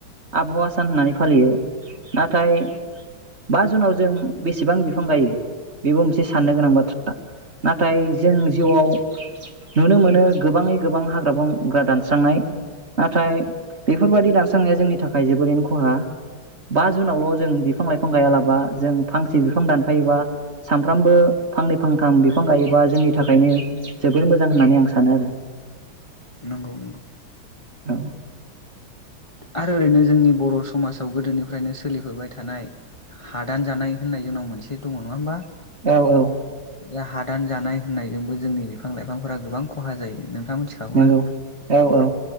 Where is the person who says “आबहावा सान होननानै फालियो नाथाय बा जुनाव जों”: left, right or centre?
Right